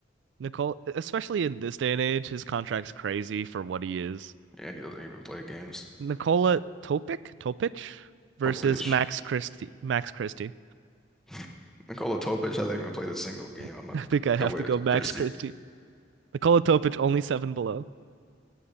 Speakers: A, on the right; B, in the centre.
A: Nicole, especially in this day and age, his contract's crazy for what he is.
B: and he doesn't even play games.
A: Nikola Topic, Topic versus
B: Topic.
A: Max Christie. Max Christie.
B: <laughs> Nikola Topic hasn't even played a single game.
A: <laughs>
B: I'm gonna
A: I think I have
B: go with
A: to go Max
B: Christie
A: Christie. Nikola Topic only seven below.